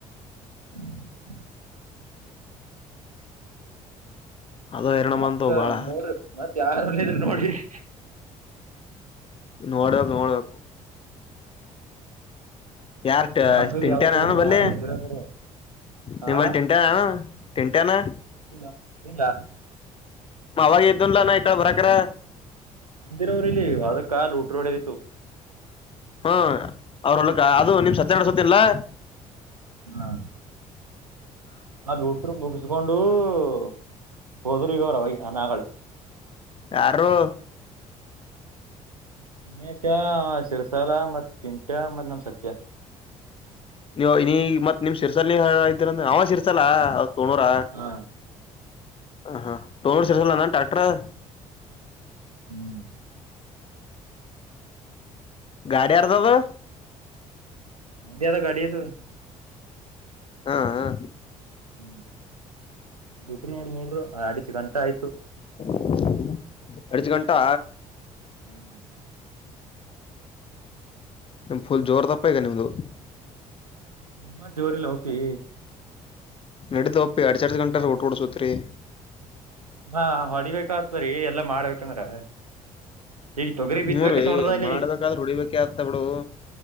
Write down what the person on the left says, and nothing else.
ಅದು ಹೆರಣ
ಬಂತವು ಬಾಳ
ನೋಡ ನೋಡ್ಬೇಕು ಯಾರ್ು <unintelligible>
ತಿಂಟೇನ
ನಾನು ಬಲ್ಲಿಿ
ನಿಮಲ್ಲಿ ತಿಂಟೇನ ನಾನು ತಿಂಟೆನಾ
ನಾ ಆವಾಗ ಎದ್ದುನ್ಲಾನ ಇಕಡ ಬರಕರ
ಹ್ಮ ಅವ್ರ ಹೊಲ್ಲಕ್ ಅದು ನಿಮ್ ಸತ್ಯನ ಹೊಡಸಾತಿನಲಾ
ಯಾರೊ
ನೀವು ನೀ ಮತ್ ನಿಮ್ ಶಿರಶೈಲ ನೀ ಇದ್ದೀರಂದ್ರ ಅಂವ ಶಿರಶೈಲ ಅ ಸೊಣುರಾ
ಅಂ ಹ ಸೊಣುರ ಶಿರಶೈಲ ಅಣ್ಣಾದ ಎನ ಟ್ರ್ಯಾಕ್‌ಟರ ಅದ
ಗಾಡಿ ಯಾರದ ಅದ
ಹಂ ಅ
<unintelligible> ಅಡಿಚ್ ಗಂಟಾ
ಫುಲ್ ಜೋರ್ ಅದಪ ಈಗ ನಿಮ್ಮದು
ನಡಿದ ಒಪ್ಪಿ ಎರಡ್ ತಾಸ ಗಂಟ ರೂಟರ ಹೊಡಸಕೊತಿರಿ
ಹ್ಮೂ ರೀ
ಮಾಡ್ಬೇಕಾದ್ರೆ ಹೊಡಿಬೇಕ ಆತ್ತ ಬಿಡು